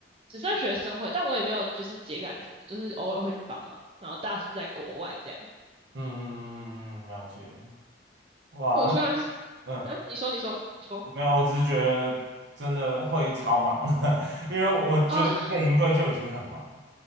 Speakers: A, on the right; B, on the right.
A: 只剩学生会，但我也没有就是节感什么，就是偶尔会去帮忙，然后大四在国外这样。
B: 嗯，嗯嗯嗯嗯了解。哇，
A: 我虽然是，
B: 那嗯，
A: 啊，你说，你说，你说。
B: 没有，我只是觉得真的会超忙，<laughs> 因为我觉得一个营队就已经很忙了。
A: 啊。